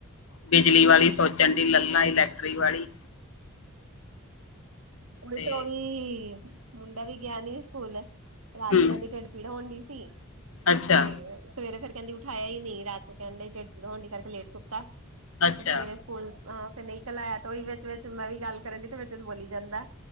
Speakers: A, on the left; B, on the right.
A: ਬਿਜਲੀ ਵਾਲੀ ਸੋਚਣ ਦੀ ਲੱਾਂ ਇਲੈਕਟ੍ਰਿਕ ਵਾਲੀ
B: <unintelligible>
A: ਤੇ
B: ਤੋਂ ਵੀ ਮੁੰਡਾ ਵੀ ਗਿਆ ਨੀ ਸਕੂਲ ਰਾਤ
A: ਹੂੰ
B: ਨੂੰ ਕਹਿੰਦੀ ਢਿੱਡ ਪੀੜ ਹਦੀ ਸੀ
A: ਅੱਛਾ
B: ਤੇ ਸਵੇਰੇ ਫਿਰ ਕਹਿੰਦੀ ਉਠਾਇਆ ਹੀ ਨ ਰਾਤ ਨੂੰ ਕਹਿੰਦੇ ਖਿਡਾਉਣੀ ਕਰਕੇ ਲੇਟ ਸੁੱਤਾ
A: ਅੱਛਾ
B: ਤੇ ਸਵੇਰੇ ਸਕੂਲ ਅ ਫਿਰ ਨਹੀਂ ਕਲਇਆ ਉਹੀ ਵਿੱਚ ਵਿਚ ਮੈਂ ਵੀ ਗੱਲ ਕਰਨ ਡ ਤੇ ਵਿੱਚ ਬੋਲੀ ਜਾਂਦਾ।